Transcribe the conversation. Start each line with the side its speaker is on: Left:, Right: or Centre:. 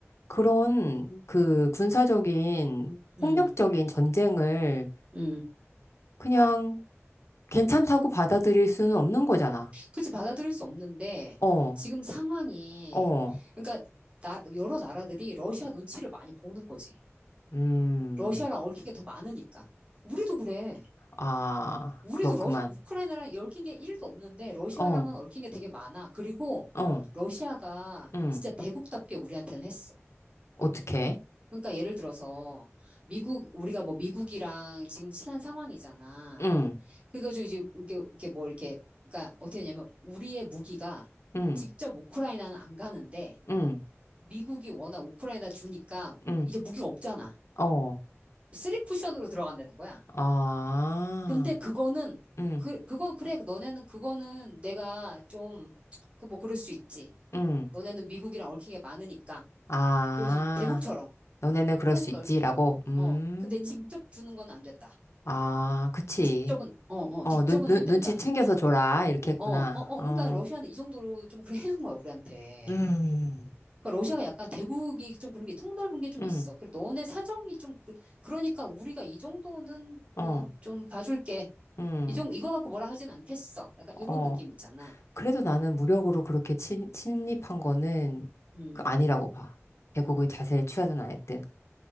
Left: 그런 그 군사적인
Right: 음,
Left: 폭력적인 전쟁을
Right: 음.
Left: 그냥 괜찮다고 받아들일 수는 없는 거잖아.
Right: 그치, 받아들일 수 없는데,
Left: 어,
Right: 지금 상황이,
Left: 어,
Right: 그러니까, 나, 여러 나라들이 러시아 눈치를 많이 보는 거지.
Left: 음,
Right: 러시아랑 얽힌 게 더 많으니까. 우리도 그래.
Left: 아,
Right: 우리도
Left: 그렇구만.
Right: 러시, 우크라이나랑 얽힌 게 1도 없는데 러시아랑은
Left: 어,
Right: 얽힌 게 되게 많아. 그리고
Left: 어,
Right: 러시아가
Left: 음,
Right: 진짜 대국답게 우리한테는 했어.
Left: 어떻게?
Right: 그러니까 예를 들어서 미국 우리가 뭐 미국이랑 지금 친한 상황이잖아.
Left: 음,
Right: 그래가지고 이제 이렇게 이렇게 뭐 이렇게 그러니까 어떻게 되냐면 우리의 무기가
Left: 음,
Right: 직접 우크라이나는 안 가는데
Left: 음,
Right: 미국이 워낙 우크라이나 주니까
Left: 음,
Right: 이제 무기가 없잖아.
Left: 어,
Right: 쓰리 쿠션으로 들어간다는 거야.
Left: 아,
Right: 근데 그거는,
Left: 음,
Right: 그, 그건 그래. 너네는 그거는 내가 좀, 그 뭐 그럴 수 있지.
Left: 음,
Right: 너네는 미국이랑 얽힌 게 많으니까.
Left: 아,
Right: 그럴 수 있지. 대국처럼.
Left: 너네는 그럴
Right: 통
Left: 수
Right: 넓게.
Left: 있지라고. 음,
Right: 어. 근데 직접 주는 건 안 된다.
Left: 아, 그치.
Right: 직접은, 어, 어,
Left: 어,
Right: 직접은
Left: 눈, 눈,
Right: 안 된다.
Left: 눈치 챙겨서 줘라. 이렇게 했구나.
Right: 어, 어, 어. 그러니까
Left: 어,
Right: 러시아는 이 정도로 좀 그래 해준 거야, 우리한테.
Left: 음,
Right: 그러니까 러시아가 약간 대국이 좀 그런 게 통 넓은 게 좀
Left: 음,
Right: 있어. 그래, 너네 사정이 좀, 그, 그러니까 우리가 이 정도는
Left: 어,
Right: 뭐 좀 봐줄게.
Left: 음,
Right: 이 정, 이거 갖고 뭐라 하진 않겠어. 약간 이런
Left: 어.
Right: 느낌 있잖아.
Left: 그래도 나는 무력으로 그렇게 친, 침입한 거는
Right: 음.
Left: 그 아니라고 봐. 대국의 자세를 취하든 안 했든.